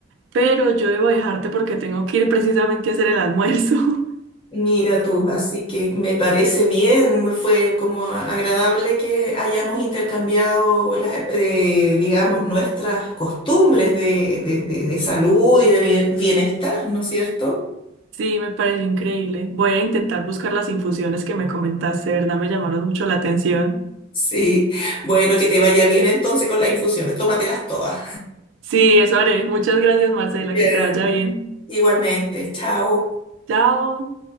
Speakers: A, on the right (about 65°); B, on the left (about 25°).
A: Pero yo debo dejarte porque tengo que ir precisamente a hacer el almuerzo. <laughs>
B: Mira tú, así que me parece bien, fue como agradable que hayamos intercambiado las, eh, digamos, nuestras costumbres de, de de- de salud y de bien- bienestar, ¿no es cierto?
A: Sí, me pareció increíble. Voy a intentar buscar las infusiones que me comentaste, de verdad me llamaron mucho la atención.
B: Sí, bueno, que te vaya bien entonces con las infusiones, tómatelas todas.
A: Sí, eso haré. Muchas gracias, Marcela,
B: Ya.
A: que te vaya bien.
B: Igualmente, chao.
A: Chao.